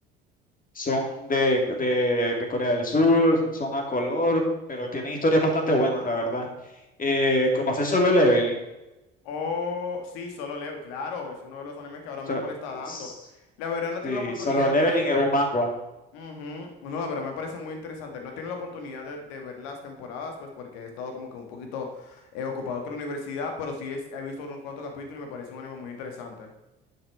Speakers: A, on the left (about 30°); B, on the left (about 60°).
A: Son de, de, de Corea del Sur, son a color, pero tienen historias bastante buenas, la verdad. Eh, ¿conoces Solo Leveling?
B: Oh, sí, Solo Level, claro, es uno de los animes que ahora
A: So-
B: mismo le está dando.
A: s-
B: La verdad no tiene
A: sí,
B: la oportunidad
A: Solo Leveling
B: de,
A: es un manga.
B: Ujú. No, la verdad me parece muy interesante. No he tenido la oportunidad de, de ver las temporadas, pues porque he estado como que un poquito eh, ocupado con la universidad, pero sí es- he visto unos cuantos capítulos y me parece un anime muy interesante.